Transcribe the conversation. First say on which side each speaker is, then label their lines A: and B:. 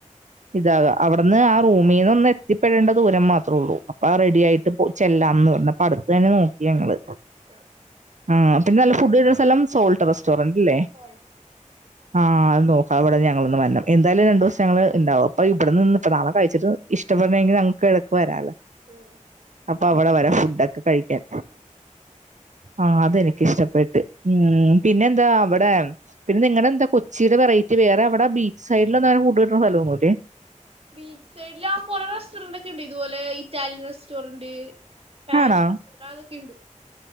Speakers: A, on the right (about 65°); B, on the right (about 45°).
A: ഇതാകാം അവിടുന്ന് ആ റൂമീന്ന് ഒന്ന് എത്തിപ്പെടേണ്ട ദൂരം മാത്രേ ഉള്ളൂ അപ്പൊ ആ റെഡി ആയിട്ട് ചെല്ലാംന്ന് പറഞ്ഞ അപ്പ അടുത്ത് തന്നെ നോക്കി ഞങ്ങള്
B: ആ
A: ആ പിന്ന നല്ല ഫുഡ് കിട്ടണ സ്ഥലം സോൾട്ട് റസ്- സ്റ്റോറന്റല്ലേ
B: ആ സോൾട്ട്
A: ആ നോക്കാൻ അവിടന്ന് ഞങ്ങളൊന്ന് വരണം എന്തായാലും രണ്ട് ദിവസം ഞങ്ങൾ ഉണ്ടാവും അപ്പ ഇവിടെന്ന് നാളെ കഴിച്ചിട്ട് ഇഷ്ടപ്പെടണങ്കിൽ ഞങ്ങക്ക് ഇടക്ക് വരാല്ലോ
B: ഉം
A: അപ്പൊ അവിടെ വരാം ഫുഡാക്കെ കഴിക്കാൻ ആ അതെനിക്കിഷ്ടപ്പെട്ട് ഉം പിന്നെ എന്താ അവിടെ പിന്നെ നിങ്ങളടെ എന്താ കൊച്ചിയില വെറൈറ്റി വേറെ അവിടെ ബീച്ച് സൈഡില ഒന്നും അങ്ങന ഫുഡ് കിട്ടുന്ന സ്ഥലമൊന്നുമില്ലേ
B: ബീച്ച് സൈഡില് ആ കൊറെ റെസ്റ്റോറന്റ് ഒക്കെ ഉണ്ട് ഇതുപോലെ ഇറ്റാലിയൻ റെസ്റ്റോറന്റ് <unintelligible>
A: ആണോ
B: ക്കെണ്ട്